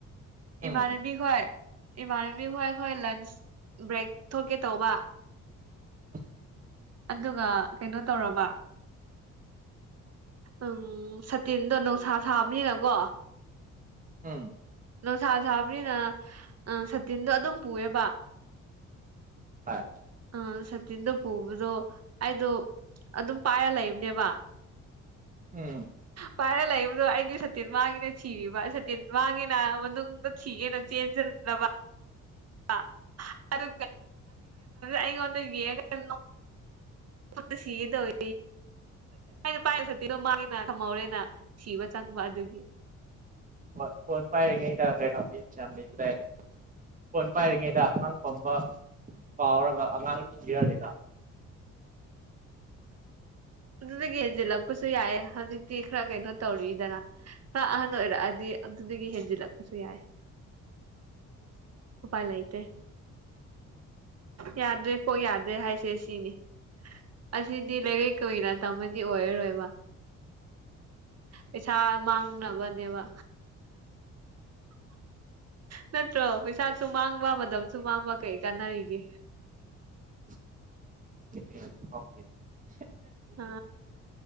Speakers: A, on the right; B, on the right.
A: ꯎꯝ
B: ꯏꯃꯥꯕꯤꯈꯣꯏ ꯏꯃꯥꯟꯅꯕꯤ ꯍꯣꯏ ꯍꯣꯏ ꯂꯟꯆ ꯕ꯭ꯔꯦꯛ ꯊꯣꯛꯀꯦ ꯇꯧꯕ
A: ꯎꯝ
B: ꯑꯗꯨꯒ ꯀꯩꯅꯣ ꯇꯧꯔꯕ ꯎꯝ ꯁꯇꯤꯟꯗꯣ ꯅꯨꯡꯁꯥ ꯁꯥꯕꯅꯤꯅꯀꯣ
A: ꯎꯝ
B: ꯅꯨꯡꯁꯥ ꯁꯥꯕꯅꯤꯅ ꯑ ꯁꯇꯤꯟꯗꯣ ꯑꯗꯨꯝ ꯄꯨꯑꯦꯕ
A: ꯍꯣꯏ
B: ꯑ ꯁ ꯇꯤꯟꯗꯣ ꯄꯨꯕꯗꯣ ꯑꯩꯗꯣ ꯑꯗꯨꯝ ꯄꯥꯏꯔ ꯂꯩꯕꯅꯦꯕ
A: ꯎꯝ
B: ꯄꯥꯏꯔ ꯂꯩꯕꯗꯣ ꯑꯩꯗꯤ ꯁꯇꯤꯟ ꯃꯥꯡꯉꯤꯅ ꯊꯤꯔꯤꯕ ꯋꯥꯥꯡꯉꯦꯅ ꯃꯅꯨꯡꯗ ꯊꯤꯒꯦꯅ ꯆꯦꯟꯁꯤꯗꯕ ꯀ ꯑꯗꯨ ꯑꯩꯉꯣꯟꯗ ꯌꯦꯡꯉ ꯅ ꯁꯤꯒ ꯇꯧꯋ ꯁ ꯄꯥꯏ ꯃꯥꯒꯤꯅ ꯀꯃꯧꯦꯅ ꯊꯤꯕ ꯆꯥꯡ ꯋꯥꯗꯨꯒꯤ
A: ꯣꯏ ꯐꯣꯟ ꯐꯥꯏꯔ ꯀ ꯏꯦ ꯐꯣꯟ ꯄꯥꯏꯔꯤꯉꯩꯗ ꯑꯉꯥꯡ ꯐꯝꯕ ꯀꯥꯎꯔꯒ ꯑꯉꯥꯡꯅ ꯀꯤꯅꯤꯅ
B: ꯑꯗꯨꯗꯒꯤ ꯍꯦꯟꯁꯤꯜꯂꯛꯄꯁꯨ ꯌꯥꯏꯑ ꯍꯧꯖꯤꯛꯇꯤ ꯈꯔ ꯀꯩꯅꯣ ꯇꯧꯔꯤꯗꯅ ꯈꯔ ꯑꯍꯟ ꯑꯣꯏꯔꯛꯑꯗꯤ ꯑꯗꯨꯗꯒꯤ ꯍꯦꯟꯖꯤꯜꯂꯛꯄꯁꯨ ꯌꯥꯏ ꯎꯄꯥꯏ ꯂꯩꯇꯦ ꯌꯥꯗꯦ ꯀꯣꯛ ꯌꯥꯗ꯭ꯔꯦ ꯍꯥꯏꯁꯦ ꯁꯤꯅꯤ ꯑꯁꯤꯗꯤ ꯂꯩꯔꯛ ꯀꯨꯏꯅ ꯇꯝꯃꯗꯤ ꯑꯣꯏꯔꯔꯣꯏꯕ ꯄꯩꯁꯥ ꯃꯥꯡꯅꯕꯅꯦꯕ ꯅꯠꯇ꯭ꯔꯣ ꯄꯩꯁꯥꯁꯨ ꯃꯥꯡꯕ ꯃꯇꯝꯁꯨ ꯃꯥꯡꯕ ꯀꯩ ꯀꯥꯟꯅꯔꯤꯒꯦ
A: <inaudible>
B: ꯑ